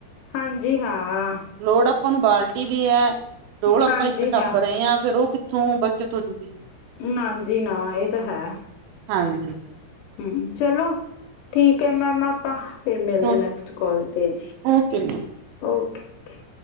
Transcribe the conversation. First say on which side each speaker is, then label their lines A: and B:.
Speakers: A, on the left; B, on the right.
A: ਹਾਂਜੀ ਹਾਂ।
B: ਲੋੜ ਆਪਾਂ ਨੂੰ ਬਾਲਟੀ ਦੀ ਐ, ਡੋਲ ਆਪਾਂ
A: ਹਾਂਜੀ
B: ਇੱਕ ਟੱਬ
A: ਹਾਂ,
B: ਰਹੇ ਆ ਫੇਰ ਓ ਕ ਕਿਥੋਂ ਬੱਚਤ ਹੋਜੂਗੀ।
A: ਨਾਜੀ ਨਾ ਏਹ ਤਾਂ ਹੈ।
B: ਹਾਂਜੀ।
A: ਹੂੰ ਚਲੋ ਠੀਕ ਐ ਮੈਮ ਆਪਾਂ ਫੇਰ ਮਿਲਦੇ
B: ਓ
A: ਆ ਨੈਕਸਟ ਕਾਲ ਤੇ ਜੀ।
B: Okay
A: okay okay.